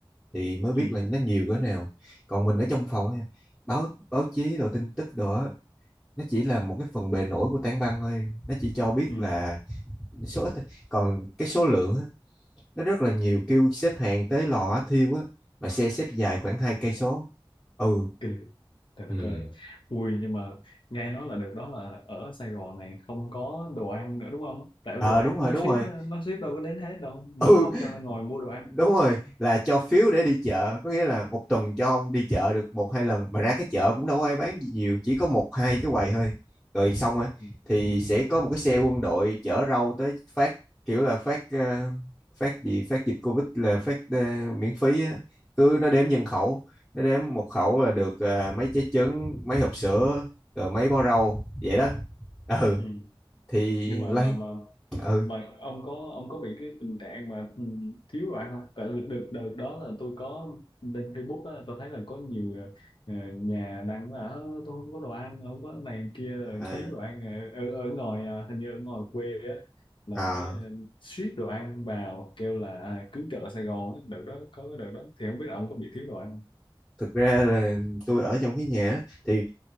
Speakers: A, in the centre; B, on the left.
A: thì mới biết
B: Ừ.
A: là nó nhiều cỡ nào còn mình ở trong phòng á, báo báo chí rồi tin tức đồ á nó chỉ là một cái phần bề nổi của tảng băng thôi nó chỉ cho biết
B: Ừ.
A: là số ít thôi. còn cái số lượng á, nó rất là nhiều kêu xếp hàng tới lò hỏa thiêu á mà xe xếp dài khoảng hai cây số ừ
B: kinh Trời đất
A: ừ
B: cười ui nhưng mà nghe nói là được đó là ở Sài Gòn này không có đồ ăn nữa đúng không? Tại
A: ờ
B: đồ ăn
A: đúng rồi
B: nó
A: đúng
B: ship
A: rồi
B: á, nó ship đâu có đến hết đâu mà
A: ừ
B: nó không cho nên ngồi mua đồ ăn.
A: đúng rồi là cho phiếu để đi chợ có nghĩa là một tuần cho ông đi chợ được một hai lần mà ra cái chợ cũng đâu có ai bán gì nhiều chỉ có một hai cái quầy thôi rồi xong rồi
B: Ừ.
A: thì sẽ có một cái xe quân đội chở rau tới phát kiểu là phát ờ, phát gì phát dịch Covid là phát ờ, miễn phí á. cứ nó đếm nhân khẩu nó đếm một khẩu là được ờ, mấy trái trứng mấy hộp sữa rồi mấy bó rau vậy đó ừ
B: Ừ.
A: thì
B: Nhưng mà
A: lấy
B: mà mà
A: ừ
B: mà ông có ông có bị cái tình trạng mà ừ, thiếu đồ ăn không? Tại vì đợt đợt đó là tôi có lên Facebook á, tôi thấy là có nhiều ờ, nhà đăng là "Ơ, tôi không có đồ ăn, không có này kia rồi
A: à,
B: thiếu đồ ăn Ờ, ở ở ngoài à, hình như ở ngoài quê á là
A: à.
B: phải ờ, ship đồ ăn vào kêu là à, cứu trợ Sài Gòn á. Đợt đó có cái đợt đó thì không biết là ông có bị thiếu đồ ăn không?
A: thực ra là tôi ở trong cái nhà á, thì